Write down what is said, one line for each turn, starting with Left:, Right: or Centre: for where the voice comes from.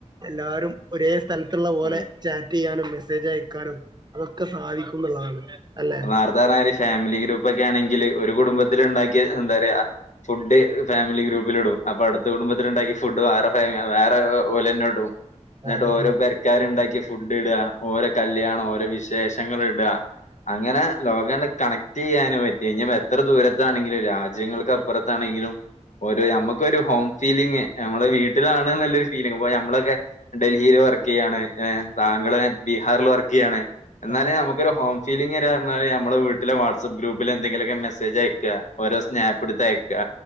Right: എല്ലാരും ഒരേ സ്ഥലത്തുള്ള പോലെ
Left: അതെ
Right: ചാറ്റ് ചെയ്യാനും മെസ്സേജ് അയക്കാനും അതൊക്കെ സാധിക്കും എന്നുള്ളതാണ് അല്ലെ
Left: നാർത്തെ പറഞ്ഞ ഫാമിലി ഗ്രൂപ്പ് ഒക്കെ ആണെങ്കില് ഒരു കുടുംബത്തില ഉണ്ടാക്കിയ എന്താ പറയാ ഫുഡ് ഫാമിലി ഗ്രൂപ്പിലിടും അപ്പൊ അടുത്ത കുടുംബത്തിലുണ്ടാക്കി ഫുഡ് വേറെ ഫാമ വേറെ പോലെ തന്നെ ഇടും ന്നിട്ട്
Right: അതെ
Left: ഓരോ
Right: അതെ
Left: പെരക്കാര് ഉണ്ടാക്കിയ ഫുഡ് ഇടുക ഓരോ കല്യാണം ഓരോ വിശേഷങ്ങള് ഇടുക അങ്ങനെ ലോകണ്ട് കണക്ട് ട് ചെയ്യാനും പറ്റി ഞ്ഞ് പ്പോ എത്ര ദൂരത്താണെങ്കിലും രാജ്യങ്ങൾക്ക് അപ്പുറത്താണെങ്കിലും ഒരു നമ്മുക്കൊരു ഹോം ഫീലിങ് നമ്മുടെ വീട്ടിലാണ് എന്നല്ലൊരു ഫീലിംഗ അപ്പൊ നമ്മളൊക്കെ ഡൽഹിയിൽ വർക്ക് ചെയ്യാണ് ഏ താങ്കള് ബീഹാറിൽ വർക്ക് ചെയ്യാണ് എന്നാല
Right: അതെ
Left: നമുക്കൊരു ഹോം ഫീലിങ് പറഞ്ഞല് നമ്മള വീട്ടിലൊ വാട്സ്ആപ്പ് ഗ്രൂപ്പിൽ എന്തെിലൊക്കെ മെസേജ് അയക ഓരോ സ്നാപെടുത്തയ ക്കാ